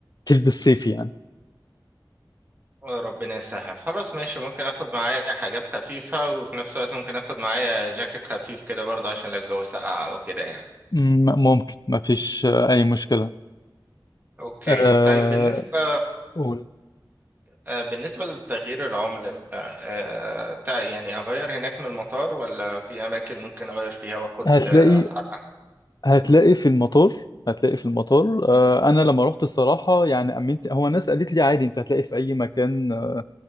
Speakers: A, on the left; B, on the right.
A: تلبس صيفي يعني
B: آه، ربنا يسهل خلاص ماشي ممكن اخد معايا حاجات خفيفة وفي نفس الوقت ممكن اخد معايا جاكيت خفيف كده برضه عشان لو الجو سقع او كده يعني
A: م- ممكن ما فيش آه، أي مشكلة
B: اوكي
A: أه...
B: طيب بالنسبة
A: قول.
B: آه، بالنسبة لتغيير العملة آه، تع- يعني اغير هناك من المطار ولا في اماكن ممكن اغير فيها واخد
A: هتلاقي
B: آه، اسعار احسن
A: هتلاقي في المطار هتلاقي في المطار آه، انا لما رحت الصراحه يعني امنت هو الناس قالت لي عادي انت هتلاقي في اي مكان آه،